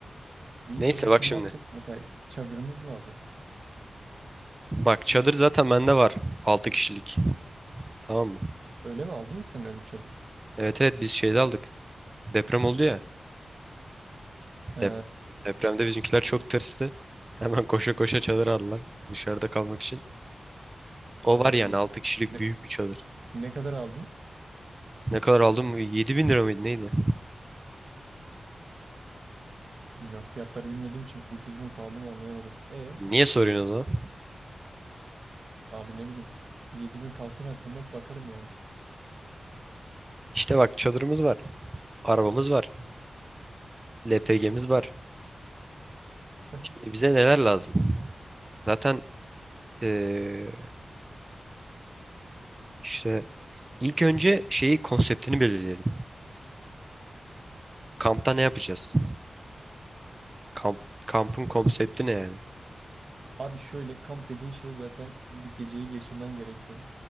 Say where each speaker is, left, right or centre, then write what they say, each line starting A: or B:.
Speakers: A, on the right (about 55°); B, on the right (about 25°).
A: İyi
B: Neyse
A: tamam şimdi
B: bak şimdi.
A: ne yapacağız? Mesela çadırımız mı alacağız?
B: Bak çadır zaten bende var. 6 kişilik. Tamam mı?
A: Öyle mi aldın mı sen öyle bir çadır?
B: Evet evet biz şeyde aldık. Deprem oldu ya.
A: He
B: Dep depremde bizimkiler çok tırstı. Hemen koşa koşa çadır aldılar. Dışarıda kalmak için. O
A: anladım.
B: var yani 6 kişilik
A: Ne,
B: büyük bir çadır.
A: ne kadar aldın?
B: Ne kadar aldın mı? yedi bin lira mıydı neydi?
A: Bilmiyorum. Fiyatları bilmediğim için ucuz mu pahalı mı anlayamadım. E
B: Niye soruyorsun o zaman?
A: abi ne bileyim. yedi bin kalsın aklımda bakarım yani.
B: İşte bak çadırımız var. Arabamız var. LPG'miz var.
A: <laughs>
B: Şimdi bize neler lazım? Zaten eee, işte ilk önce şeyi konseptini belirleyelim. Kampta ne yapacağız? Kamp, kampın konsepti ne yani?
A: Abi şöyle kamp dediğin şey zaten bir geceyi geçirmen gerekiyor.